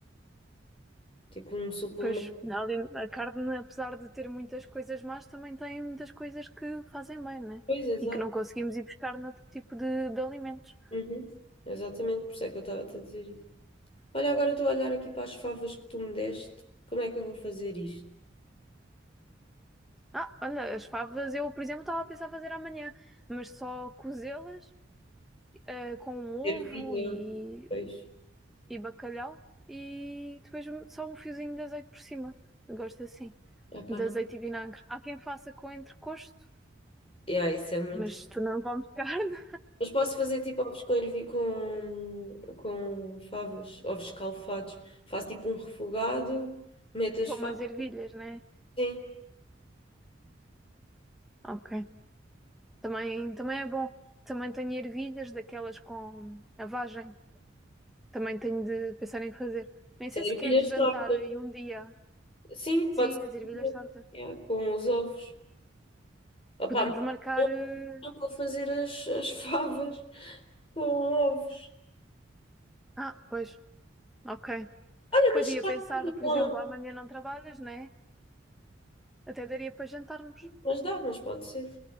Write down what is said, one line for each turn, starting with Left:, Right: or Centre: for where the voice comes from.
Left: Tipo, um suplemento.
Centre: Pois na ali- a carne, apesar de ter muitas coisas más, também tem muitas coisas que fazem bem, né?
Left: Pois, exato.
Centre: E que não conseguimos ir buscar noutro tipo de, de alimentos.
Left: Uhum. Exatamente, por isso é que eu estava a te dizer isso. Olha, agora estou a olhar aqui para as favas que tu me deste. Como é que eu vou fazer isto?
Centre: Ah, olha, as favas eu, por exemplo, estava a pensar fazer amanhã, mas só cozê-las eh, com um ovo
Left: Ervilha,
Centre: e,
Left: pois.
Centre: e bacalhau e depois um, só um fiozinho de azeite por cima. Eu Gosto assim.
Left: Ah, pá,
Centre: de
Left: não.
Centre: azeite e vinagre. Há quem faça com entrecosto,
Left: Yeah, isso é muito.
Centre: mas tu não comes carne,
Left: Mas posso fazer tipo ovos com, ervi... com... com favas, ovos escalfados. Faço tipo um refogado,
Centre: <laughs>
Left: meto as
Centre: como
Left: favas,
Centre: as ervilhas, né?
Left: sim.
Centre: Ok. Também, também é bom. Também tenho ervilhas daquelas com a vagem. Também tenho de pensar em fazer. Nem sei
Left: Sem
Centre: se
Left: ervilhas
Centre: queres jantar
Left: tortas.
Centre: aí um dia.
Left: Sim,
Centre: Sim,
Left: pode ser.
Centre: as ervilhas tortas.
Left: Yeah, com os ovos. Opa,
Centre: Podemos
Left: mas
Centre: marcar.
Left: eu
Centre: eh,
Left: não vou fazer as, as favas com ovos.
Centre: Ah, pois, ok.
Left: Olha,
Centre: Pois
Left: mas,
Centre: ia
Left: pode
Centre: pensar,
Left: ser
Centre: por
Left: com-
Centre: exemplo, amanhã não trabalhas, né? Até daria para jantarmos.
Left: mas dá, mas pode ser.